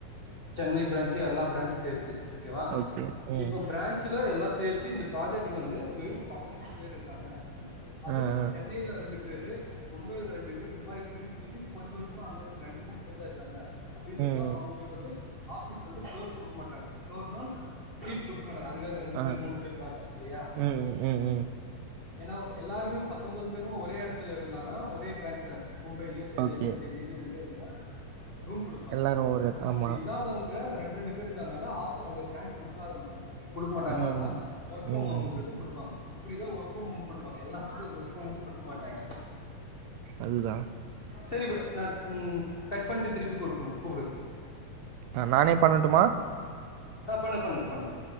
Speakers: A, on the left; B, on the right.
A: சென்னை பிரான்ச்சு எல்லா பிரான்ச்சு சேத் தி ஓகேவா
B: ஓகே. ம்.
A: இப்ப பிரான்ச்சுல எல்லா சேத்தி இந்த ப்ராஜெக்ட்க்கு வந்து வெறு பதினெட்டு பேர் இருக்காங்க அதுவு
B: ஆ, ஆ.
A: சென்னைல ரெண்டு பேரு மும்பைல ரெண்டு பேர் இந்த மாரி பிரிச்சு பிரிச் கொஞ்சோ கொஞ்சமா அங்கங்க ரெண்டு மூண் பேர் தா இருக்காங்க அப்டின்றப்ப
B: ம், ம்.
A: அவங்க வந்து ஆபீஸ்ல வந்து ஃப்ளோர் குடுக்க மாட்டாங்க ஃப்ளோர்னா சீட் குடுக்க மாட்டாங்க அதுக்காக ரெண்டு
B: ஆ.
A: பேர் மூணு பேருக்காக இல்லையா
B: ம், ம், ம்.
A: ஏன்னா எல்லாருமே பத்தொன்பது பேரு ஒரே இடத்துல இருந்தாங்கன்னா ஒரே பிரான்ச்ல மும்பைலே சென்னையிலயோ
B: ஓகே.
A: டெல்லிலயோ எங்கயோ இருந்தா ரூம் குடுப்பாங்க
B: எல்லாரும் ஒரு ஆமா.
A: அப்டி இல்லாதவங்க இங்கதா ரெண்டு ரெண்டு பேர் இருக்கனால ஆஃபி அங்க பிரான்ச் கொடுக்காதது மட்டும்தா குடுக்க மாட்டாதுனால
B: ம்.
A: தா ஒர்க் ஃப்ரம்
B: ம்.
A: ஹோமுன்றது குடுப்பாங்க இப்படிதா ஒர்க் ஃப்ரம் ஹோம் குடுப்பாங்க எல்லாத்துக்கு ஒர்க் ஃப்ரம் ஹோம் குடுக்க மாட்டாங்க
B: அதுதா
A: சரி இப்ப நான் கட் பண்ட்டு திருப்பி கூப் கூப்டுங்க
B: ஆ நானே பண்ணட்டுமா
A: அ பண்ணு பண்ணுங்க பண்ணுங்க